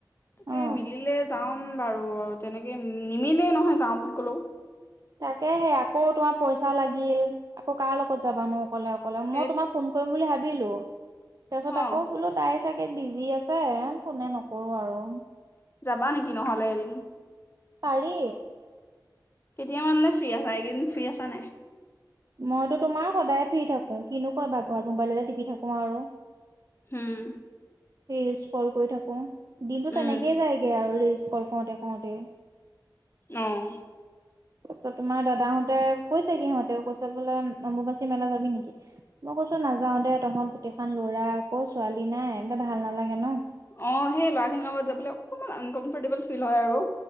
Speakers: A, on the left; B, on the right.
A: তাকে
B: অ',
A: মিলিলে যাও উম বাৰু তেনেকে নিমিলেই নহয় যাওঁ বুলি ক'লেও।
B: তাকে হে আকৌ তোমাৰ পইচা লাগিল আকৌ কাৰ লগত যাবানো। অকলে অকলে
A: সেই
B: মই তোমাক ফোন কৰিম বুলি ভাবিলো তাৰপিছত
A: অ'
B: আকৌ বোলো তাই চাগে বিজি আছে ফোনে নকৰোঁ আৰু।
A: যাবা নেকি নহলে এদিন।
B: পাৰি।
A: কেতিয়া মানলে ফ্ৰী আছা, এইকেইদিন ফ্ৰী আছা নাই।
B: মইতো তোমাৰ সদায় ফ্ৰী থাকো কিনো কৰিবা ঘৰত মোবাইল টিপি থাকোঁ আৰু।
A: হম
B: ৰিলচ কল কৰি থাকো দিনতটো
A: উম
B: তেনেকেই যায়গে আৰু ৰিলচ কল কৰোঁতে কৰোঁতে।
A: অহ
B: তাৰপিছত তোমাৰ দাদাহঁতে কৈছে কি সহঁতে তেওঁ কৈছে বোলে নম্বুবাচী মেলা যাবি নেকি, মই কৈছো নাযাও দে তহঁত গোটেই খ ল'ৰা আকৌ। ছোৱালী নাই এনেকে ভাল নালাগে ন।
A: অ সেই ল'ৰা খিনিৰ লগত যাবলৈ অকণমান আনকমফৰ্টেবল ফিল হয় আৰু